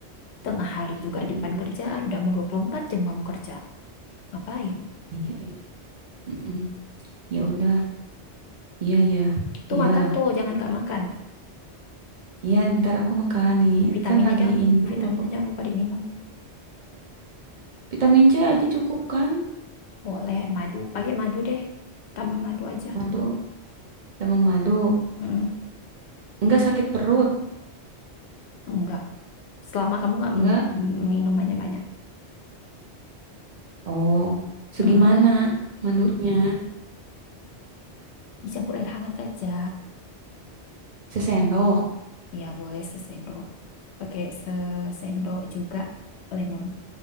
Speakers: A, on the left; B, on the right.
A: Tengah hari juga
B: Mm-mm.
A: depan kerjaan. Udah mau 24 jam kamu kerja. Ngapain?
B: Iya, iya. Mm-mm. Ya udah. Iya, ya.
A: Tuh
B: Iya.
A: makan tuh, jangan nggak makan.
B: Iya, ntar aku makan nih.
A: Vitaminnya
B: Kan lagi
A: jangan
B: ini dulu.
A: vitaminnya jangan lupa diminum.
B: Vitamin C aja cukup kan?
A: Boleh madu, pakai madu deh. Tambah madu aja.
B: Madu, sama madu.
A: Mm-mm.
B: Enggak sakit perut.
A: Enggak. Selama kamu nggak
B: Enggak.
A: m- m- minum banyak-banyak.
B: Oh, segimana
A: Mm-mm.
B: mandunya?
A: Dicampur air hangat aja.
B: Sesendok.
A: Ya boleh sesendok. Pakai sesendok juga lemon